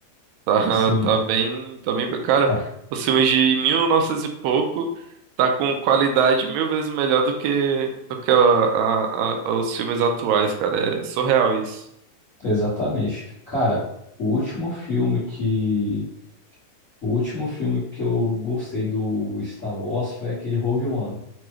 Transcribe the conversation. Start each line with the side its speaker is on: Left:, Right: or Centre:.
Right: Tá,
Left: Sim,
Right: tá bem, tá bem, cara,
Left: tá,
Right: os filmes de 1900 e pouco tá com qualidade mil vezes melhor do que do que a- a- a- os filmes atuais, cara. É surreal isso.
Left: exatamente. Cara, o último filme que, o último filme que eu gostei do Star Wars foi aquele Rogue One,